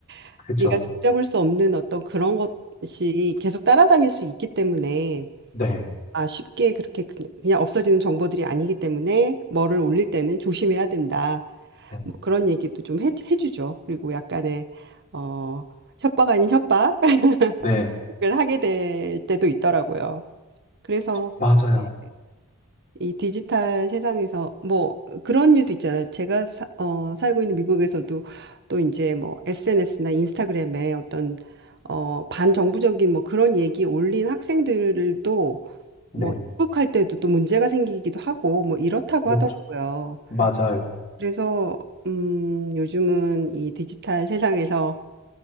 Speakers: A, on the right; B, on the left.
A: <laughs>
B: 그죠.
A: 네가 종잡을 수 없는 어떤 그런 것이 계속 따라다닐 수 있기 때문에,
B: 네.
A: 아, 쉽게 그렇게 그- 그냥 없어지는 정보들이 아니기 때문에 뭐를 올릴 때는 조심해야 된다.
B: 네.
A: 뭐 그런 얘기도 좀 해, 해주죠. 그리고 약간의 어, 협박 아닌 협박을 <laughs>
B: 네.
A: 하게 될 때도 있더라고요. 그래서
B: 맞아요.
A: 네. 이 디지털 세상에서 뭐 그런 일도 있잖아요. 제가 사, 어, 살고 있는 미국에서도 또 이제 뭐 SNS나 인스타그램에 어떤 어, 반정부적인 뭐 그런 얘기 올린 학생들도
B: 네.
A: 뭐 입국할 때도 또 문제가 생기기도 하고 뭐 이렇다고
B: 그렇-
A: 하더라고요.
B: 맞아요.
A: 그래서 음, 요즘은 이 디지털 세상에서